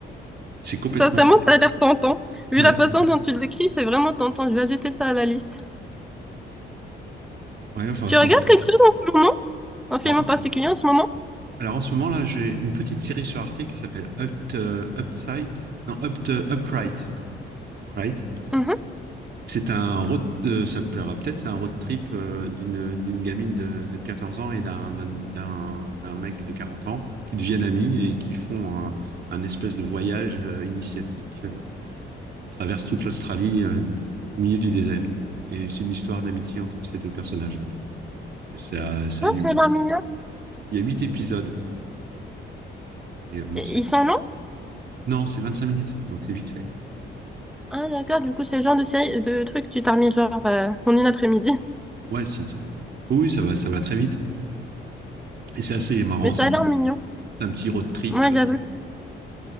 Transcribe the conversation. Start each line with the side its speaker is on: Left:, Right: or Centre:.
Right: c'est complètement.
Centre: Sincèrement, ça a l'air tentant. Vu
Right: Ouais,
Centre: la façon dont tu le décris, c'est vraiment tentant. Je vais ajouter ça à la liste.
Right: ouais enfin,
Centre: Tu
Right: sans-
Centre: regardes quelque chose en ce moment? Un film
Right: Alors,
Centre: en particulier en ce moment?
Right: alors en ce moment, là, j'ai une petite série sur Arte qui s'appelle Up, euh, Upside. Non, Up, euh, Upright, pardon. Upright.
Centre: Mhm.
Right: C'est un road, euh, ça te plaira peut-être, c'est un road trip euh, d'une d'une gamine de, de 14 ans et d'un d'un d'un- d'un mec de 40 ans qui deviennent amis et qui font un, un espèce de voyage euh, initiatique euh, il traverse toute l'Australie euh, au milieu du désert. Et c'est une histoire d'amitié entre ces deux personnages. Et ça, ça
Centre: Ah,
Right: a eu-
Centre: ça a l'air mignon.
Right: il y a huit épisodes. Et bon,
Centre: Ils
Right: c'est-
Centre: sont longs?
Right: non, c'est 25 minutes, donc c'est vite fait.
Centre: Ah d'accord, du coup c'est le genre de série, de truc que tu termines genre euh, en une après-midi. <laughs>
Right: Ouais, si, tu- ouais. Oh Oui, ça va, ça va très vite. Et c'est assez marrant,
Centre: Mais ça
Right: c'est
Centre: a
Right: un,
Centre: l'air mignon.
Right: c'est un petit road trip.
Centre: Moi
Right: euh,
Centre: j'avoue.